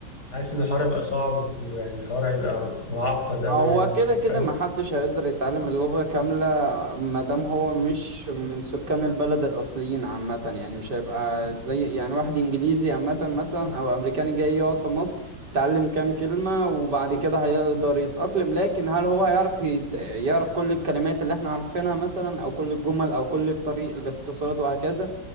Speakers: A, on the left; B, on the right.
A: حاسس ان الحوار هيبقى صعب ويعني الحوار هيبقى معقد أوي
B: هو
A: يعني
B: كده كده
A: فاهم
B: محدش هيقدر يتعلم اللغة كاملة مادام هو مش من سكان البلد الأصليين عامة يعني مش هيبقى زي يعني واحد إنجليزي عامة مثلا أو أمريكاني جاي يقعد في مصر يتعلم كام كلمة وبعد كده هيقدر يتأقلم لكن هل هو هيعرف يت... يعرف كل الكلمات اللي احنا عارفينها مثلا أو كل الجمل أو كل الطريق الاختصارات وهكذا